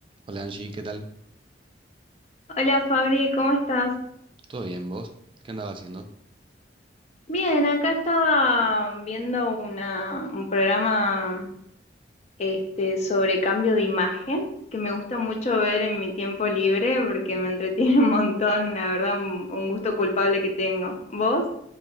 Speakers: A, on the right; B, on the left.
A: Hola Angie, ¿qué tal?
B: Hola Fabri, ¿cómo estás?
A: ¿Todo bien vos? ¿Qué andaba haciendo?
B: Bien, acá estaba viendo una, un programa este, sobre cambio de imagen que me gusta mucho ver en mi tiempo libre porque me entretiene <laughs> un montón, la verdad, un, un gusto culpable que tengo. ¿Vos?